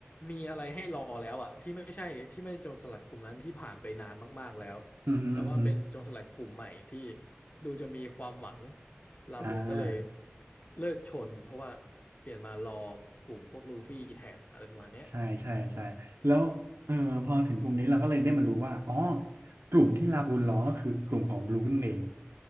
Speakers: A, on the left; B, on the right.
A: มีอะไรให้รอแล้วอะที่ไม่ใช่ที่ไม่ใช่โจรสลัดกลุ่มนั้นที่ผ่านไปนานมากๆแล้ว
B: อืมฮึอืมฮึ
A: แต่ว่าเป็นโจรสลัดกลุ่มใหม่ที่ดูจะมีความหวังลาบูนก็เลย
B: อ่า
A: เลิกชนเพราะว่าเปลี่ยนมารอกลุ่มพวกลูฟี่แทนอะไรประมาณเนี้ย
B: ใช่ใช่ใช่แล้วเออพอถึงกลุ่มนี้เราก็เลยได้มารู้ว่าอ๋อกลุ่มที่ลาบูลล้อก็คือกลุ่มของบลูนั่นเอง